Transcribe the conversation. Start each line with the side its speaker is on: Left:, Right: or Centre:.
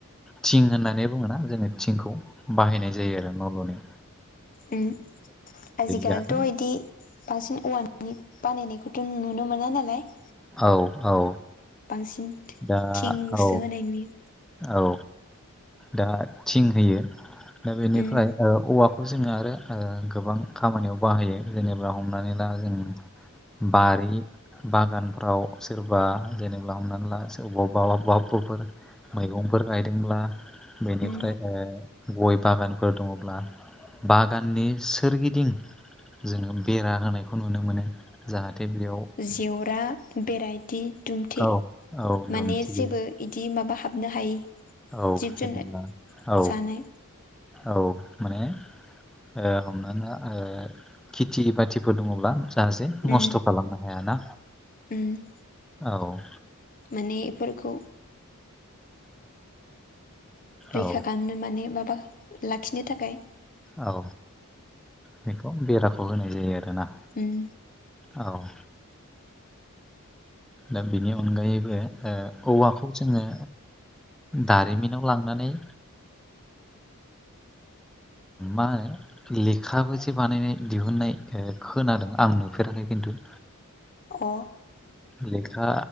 Centre: थिं होननानै बुङोना जोङो थिंखौ बाहायनाय जायो आरो न' ल'नि
Left: उम आजिखालिथ'
Centre: जाहाथे
Left: बिदि बांसिन औवानि बानायनायखौथ' नुनो मोना नालाय
Centre: औ औ
Left: बांसिन
Centre: दा
Left: थिंसो
Centre: औ
Left: होनाय नुयो
Centre: औ दा थिं होयो दा बेनिफ्राय
Left: उम
Centre: औवाखौ बे खौ जोङो आरो गोबां खामानियाव बाहायो जेनेबा हमनानै ला जों बारि बागानफ्राव सोरबा जेनेबा हमनानै ला सोरबावबा आबबा आबबुफोर मैगंफोर गायदोंब्ला बेनिफ्राय
Left: उम
Centre: गय बागानफोर दङब्ला बागाननि सोरगिदिं जोङो बेरा होनायखौ नुनो मोनो जाहाथे बेयाव
Left: देवरा बेरायदि दुमथे
Centre: औ औ
Left: माने
Centre: दुमथियो
Left: जेबो बिदि माबा हाबनो हायि
Centre: औ
Left: जिब
Centre: जेनेबा
Left: जुनार
Centre: औ
Left: जानाय
Centre: औ माने ओ हमना खेथि बाथिफोर दङब्ला दासे नस्थ'
Left: उम
Centre: खालामनो हायाना
Left: उम
Centre: औ
Left: माने बेफोरखौ रैखा
Centre: औ
Left: खालामनो माने माबा लाखिनो थाखाय
Centre: औ बेखौ बेराखौ होनाय जायो आरोना
Left: उम
Centre: औ दा बिनि अनगायैबो औवाखौ जोङो दारिमिनाव लांनानै मा होनो लेखाबो जे बानायनाय दिहुननाय खोनादों आं नुफेराखै खिन्थु
Left: अ
Centre: लेखा